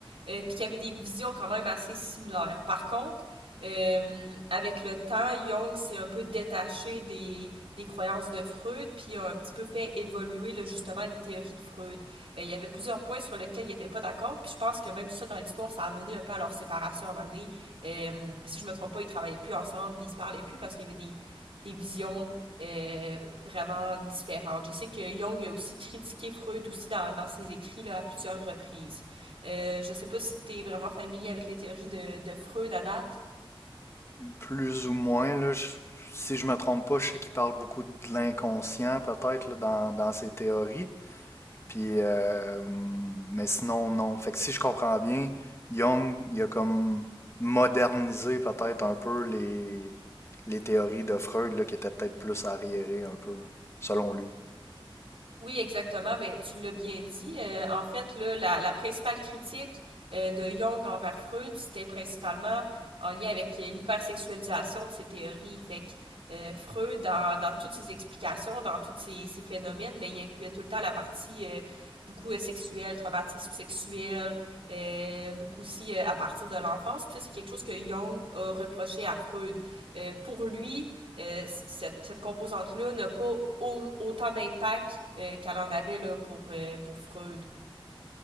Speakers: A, on the right; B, on the left.
A: euh, puis qui avaient des visions quand même assez similaires. Par contre, euh, avec le temps, Jung s'est un peu détaché des, des croyances de Freud, puis a un petit peu fait évoluer là, justement les théories de Freud. Euh, il y avait plusieurs points sur lesquels il n'était pas d'accord, puis je pense que même ça dans l'histoire, ça a mené un peu à leur séparation à un moment donné. Euh, si je me trompe pas, ils travaillaient plus ensemble, puis ils se parlaient plus parce qu'il y avait des, des visions euh, vraiment différentes. Je sais que Jung a aussi critiqué Freud aussi dans, dans ses écrits là, à plusieurs reprises. Euh, je ne sais pas si tu es vraiment familier avec les théories de, de Freud à date.
B: Plus ou moins, là, je- si je me trompe pas, je sais qu'il parle beaucoup de l'inconscient, peut-être, là, dans, dans ses théories. Puis, euh, mais sinon, non. Fait que si je comprends bien, Jung, il a comme modernisé peut-être un peu les, les théories de Freud, là, qui étaient peut-être plus arriérées un peu, selon lui.
A: Oui, exactement. Ben, tu l'as bien dit. Euh, en fait, là, la, la principale critique euh, de Jung envers Freud, c'était principalement en lien avec euh, l'hypersexualisation de ses théories. Fait que euh, Freud, dans, dans toutes ses explications, dans tous ses, ses phénomènes, ben, il incluait tout le temps la partie euh, beaucoup euh, sexuelle, traumatisme sexuel, euh, beaucoup aussi euh, à partir de l'enfance. Puis ça, c'est quelque chose que Jung a reproché à Freud. Euh, pour lui, euh, cette, cette composante-là n'a pas au- autant d'impact euh, qu'elle en avait là, pour, euh, pour Freud.